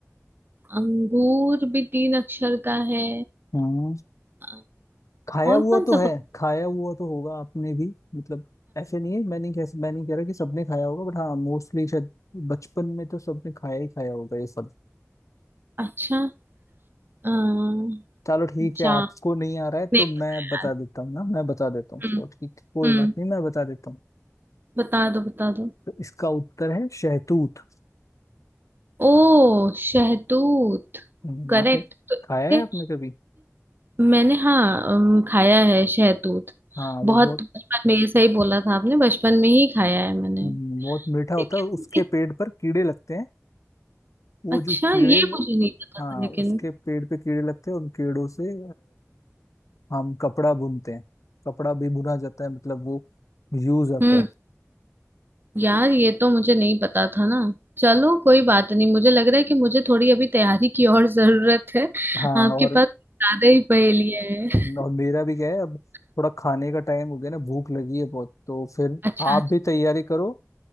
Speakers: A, on the right; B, on the left.
A: अंगूर भी तीन अक्षर का है
B: हम्म,
A: अ,
B: खाया
A: और
B: हुआ
A: कौन सा
B: तो है
A: पपीता
B: खाया हुआ तो होगा आपने भी मतलब ऐसे नहीं है मैं नहीं कह मैं नहीं कह रहा कि सबने खाया होगा बट हाँ मोस्टली शायद बचपन में तो सबने खाया ही खाया होगा ये सब
A: अच्छा अ,
B: चलो ठीक है
A: जाम
B: आपको नहीं आ रहा है तो
A: नहीं
B: मैं
A: पता
B: बता
A: यार
B: देता हूँ ना मैं बता देता हूँ चलो
A: हम्म
B: ठीक है कोई
A: हम्म
B: बात नहीं मैं बता देता हूँ
A: बता दो बता दो
B: तो इसका उत्तर है शहतूत
A: ओ शहतूत
B: हम्म,
A: करेक्ट
B: आपने
A: तो
B: खाया है
A: इसके-
B: आपने कभी
A: मैंने हाँ अम, खाया है शहतूत
B: हाँ वो
A: बहुत
B: बहुत
A: बचपन में ये सही बोला था आपने बचपन में ही खाया है मैंने
B: हम्म, बहुत मीठा होता
A: लेकिन
B: है और उसके
A: ये-
B: पेड़ पर कीड़े लगते हैं वो
A: अच्छा
B: जो कीड़े
A: ये
B: ल-
A: मुझे नहीं पता
B: हाँ
A: था लेकिन
B: उसके पेड़ पे कीड़े लगते हैं उन कीड़ों से हम कपड़ा बुनते हैं कपड़ा भी बुना जाता है मतलब वो यूज आता
A: हम्म
B: है
A: यार ये तो मुझे नहीं पता था ना चलो कोई बात नहीं मुझे लग रहा है कि मुझे थोड़ी अभी तैयारी की और जरूरत है
B: हाँ
A: आपके
B: और
A: पास ज्यादा ही पहेलियां हैं
B: और मेरा भी क्या है अब
A: <laughs>
B: थोड़ा खाने का टाइम हो गया ना भूख लगी है बहुत तो फिर
A: अच्छा
B: आप भी तैयारी करो